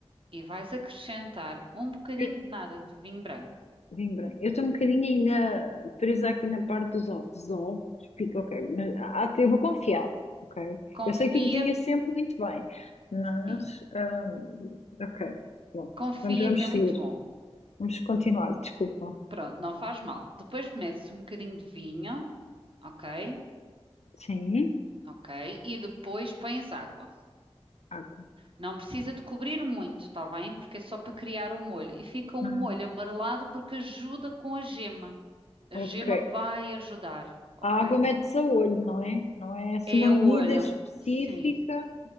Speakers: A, on the right; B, on the left.
A: e vais acrescentar um bocadinho
B: Eh,
A: de nada de vinho branco.
B: Vinho branco. Eu estou um bocadinho ainda presa aqui na parte dos ovos. Ovos, pico, ok. Mas, ah, eu vou confiar, ok?
A: Confia,
B: Eu sei que tu cozinhas sempre muito bem, mas.
A: sim,
B: ah, ok, pronto.
A: confia
B: Vamos, vamos
A: que é muito
B: seguir.
A: bom.
B: Vamos continuar, desculpa.
A: Pronto, não faz mal. Depois metes um bocadinho de vinho, ok?
B: Sim,
A: Ok. E depois pões água.
B: água.
A: Não precisa de cobrir muito, está bem? Porque é só para criar o molho. E fica um
B: Hum,
A: molho amarelado porque ajuda com a gema. A
B: ok.
A: gema vai ajudar, ok?
B: A água mete-se a olho, não é? Não é assim
A: É
B: uma medida
A: o olho,
B: específica.
A: sim,